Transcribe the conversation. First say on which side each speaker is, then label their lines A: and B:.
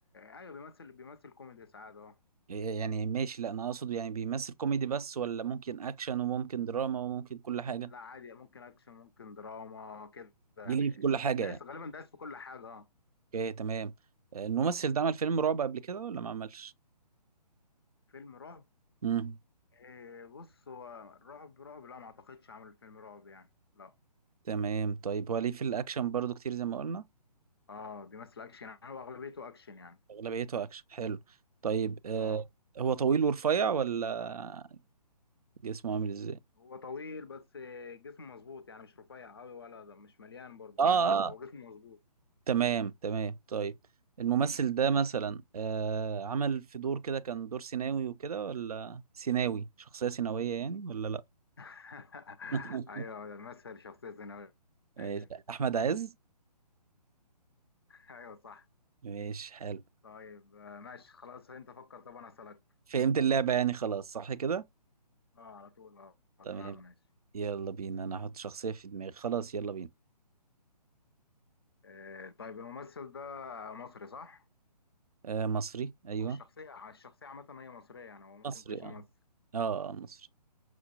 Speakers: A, on the left; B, on the right.
A: ايوه بيمثل بيمثل كوميدي ساعات اه
B: إيه يعني ماشي لا انا اقصد يعني بيمثل كوميدي بس ولا ممكن اكشن وممكن دراما وممكن كل حاجة
A: لا عادي ممكن اكشن ممكن دراما كده يعني
B: بيليه في كل حاجة
A: دايس
B: يعني
A: غالبا دايس في كل حاجه اه
B: اوكي تمام آه، الممثل ده عمل فيلم رعب قبل كده ولا ما عملش
A: فيلم رعب
B: مم.
A: إيه بص هو رعب رعب لا ما اعتقدش عمل فيلم رعب يعني لا
B: تمام طيب هو ليه في الاكشن برضو كتير زي ما قلنا
A: اه بيمثل اكشن يعني هو اغلبيته اكشن يعني
B: اغلبيته اكشن حلو طيب آه
A: اه
B: هو طويل ورفيع ولا جسمه عامل ازاي
A: هو طويل بس آه، جسمه مظبوط يعني مش رفيع قوي ولا ده مش مليان برضه
B: اه اه
A: فاهمني هو
B: آه.
A: جسمه مظبوط
B: تمام تمام طيب الممثل ده مثلا آه عمل في دور كده كان دور سيناوي وكده ولا سيناوي شخصية سيناوية يعني ولا لا
A: <laughs>
B: <laughs>
A: ايوه ده مثل شخصيه ثانويه
B: ماشي
A: <laughs>
B: احمد عز
A: ايوه صح
B: ماشي حلو
A: طيب آه، ماشي خلاص انت فكر طب انا اسالك
B: فهمت اللعبة يعني خلاص صح كده
A: اه على طول اه
B: تمام
A: تمام ماشي
B: يلا بينا انا هحط شخصية في دماغي خلاص يلا بينا
A: آه، طيب الممثل ده مصري صح؟
B: آه مصري ايوه
A: أو الشخصية الشخصية عامة هي مصرية يعني هو ممكن
B: مصري
A: يكونش
B: اه
A: ممثل
B: اه آه، مصري